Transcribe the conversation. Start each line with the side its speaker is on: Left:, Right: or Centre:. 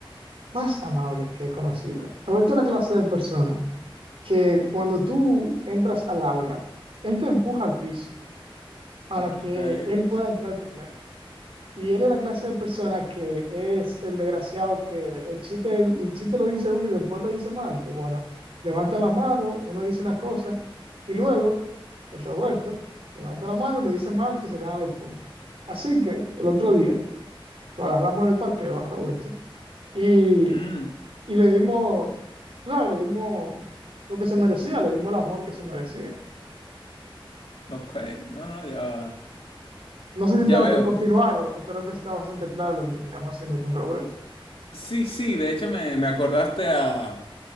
Right: más amable que he conocido. Roberto es la clase de persona que cuando tú entras al aula, él te empuja al piso para
Left: ok.
Right: que él pueda entrar primero. Y él es la clase de persona que es el desgraciado que el chiste, el chiste lo dice uno y después lo dice más alto. Bueno, levanta la mano, uno dice una cosa y luego el Roberto levanta la mano y le dice más alto y se gana los puntos. Así que el otro día lo agarramos en el parqueo a Roberto Y,
Left: Mm,
Right: y le dimos, tú ¿sabes? Le dimos lo que se merecía, le dimos el amor que se merecía.
Left: ok. No, no, ya,
Right: No sé si
Left: ya
Right: tengo
Left: veo.
Right: que continuar o, o creo que está bastante claro lo que terminamos haciendo con Roberto.
Left: Sí, sí, de hecho me, me acordaste a,